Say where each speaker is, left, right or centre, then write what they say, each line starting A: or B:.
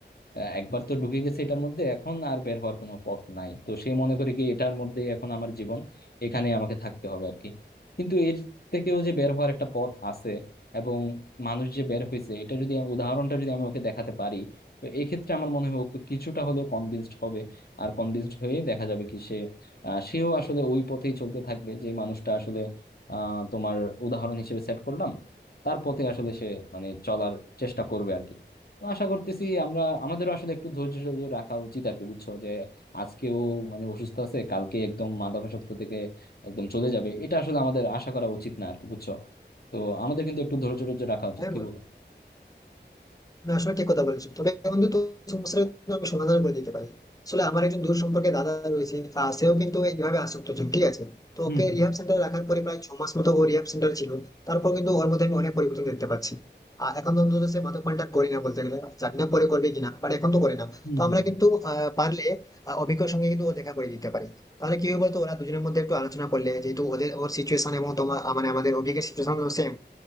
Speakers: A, on the left; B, on the left.
A: আহ, একবার তো ঢুকে গেছে এটার মধ্যে এখন আর বের হওয়ার কোনো পথ নাই তো সে মনে করে কি এটার মধ্যে এখন আমার জীবন এখানে আমাকে থাকতে হবে আর কি কিন্তু এর থেকেও যে বের হওয়ার একটা পথ আছে এবং মানুষ যে বের হয়েছে এটা যদি উদাহরণটা যদি আমি ওকে দেখাতে পারি তো এই ক্ষেত্রে আমার মনে হয় ওকে কিছুটা হলেও কনভিন্সড হবে আর কনভিন্সড হয়ে দেখা যাবে কি সে আহ, সেও আসলে ওই পথেই চলতে থাকবে যে মানুষটা আসলে আহ তোমার উদাহরণ হিসেবে সেট করলাম তার পথে আসলে সে মানে চলার চেষ্টা করবে আর কি তো আশা করতেছি আমরা আমাদেরও আসলে একটু ধৈর্য সহ্য রাখা উচিত আর কি বুঝছো যে আজকেও মানে অসুস্থ আছে কালকে একদম মাদকাসক্ত থেকে একদম চলে যাবে এটা আসলে আমাদের আশা করা উচিত না আর কি বুঝছো তো আমাদের কিন্তু একটু ধৈর্য ধৈর্য রাখা উচিত
B: হ্যাঁ
A: কি বলো
B: না আসলে ঠিক কথা বলেছো তবে বন্ধু তো সমস্যার কিন্তু আমি সমাধান করে দিতে পারি আসলে আমার একজন দূর সম্পর্কে দাদা রয়েছে আহ, সেও কিন্তু এইভাবে আসক্ত ছিল ঠিক আছে তো
A: হুম
B: ওকে রিহাব সেন্টারে রাখার পরে প্রায় ছ মাস মতো ও রিহাব সেন্টার ছিল তারপর কিন্তু ওর মধ্যে আমি অনেক পরিবর্তন দেখতে পাচ্ছি আর এখন তো অন্তত সে মাদকপানটা করে না বলতে গেলে জানি না পরে করবে কিনা বাট এখন তো করে না
A: হুম
B: তো
A: হুম
B: আমরা কিন্তু আহ, পারলে আহ, অভিজ্ঞর সঙ্গে কিন্তু ও দেখা করে দিতে পারি তাহলে কি হবে বলতো ওরা দুজনের মধ্যে একটু আলোচনা করলে যেহেতু ওদের ওর সিচুয়েশন এবং তোমার মানে আমাদের অভিজ্ঞের সিচুয়েশন সেম